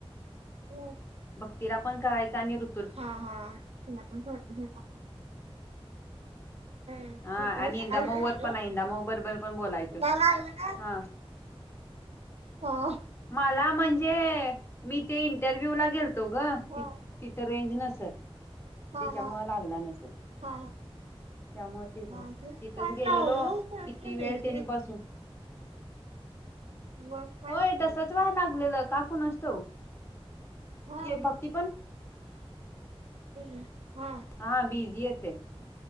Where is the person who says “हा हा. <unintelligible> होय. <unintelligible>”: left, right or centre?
Right